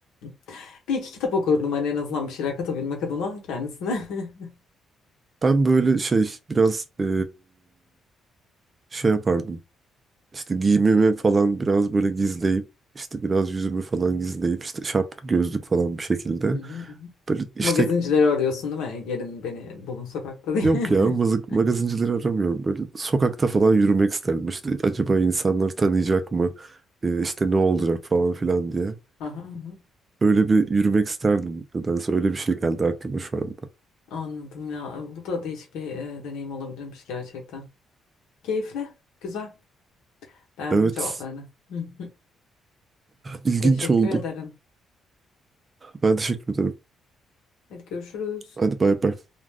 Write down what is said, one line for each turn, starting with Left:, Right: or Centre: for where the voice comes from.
Left: <laughs> Bir iki kitap okurdum hani en azından bir şeyler katabilmek adına kendisine. <laughs>
Right: Ben böyle şey biraz e, şey yapardım. İşte giyimimi falan biraz böyle gizleyip işte biraz yüzümü falan gizleyip işte şapka gözlük falan bir şekilde
Left: Hı hı, hı hı. <laughs>
Right: böyle işte
Left: Magazincileri arıyorsun değil mi? Gelin beni bulun sokakta diye.
Right: Yok
Left: <laughs>
Right: ya mazık, magazincileri aramıyorum. Böyle sokakta falan yürümek isterdim. İşte acaba insanlar tanıyacak mı? Ee, işte ne olacak falan filan diye.
Left: Aha, aha.
Right: Öyle bir yürümek isterdim. Nedense öyle bir şey geldi aklıma şu anda.
Left: Anladım ya. Bu da değişik bir e, deneyim olabilirmiş gerçekten. Keyifli. Güzel. Beğendim
Right: Evet,
Left: cevaplarını. <laughs>
Right: ilginç
Left: Teşekkür
Right: oldu.
Left: ederim.
Right: Ben teşekkür ederim.
Left: Hadi görüşürüz.
Right: Hadi bay bay.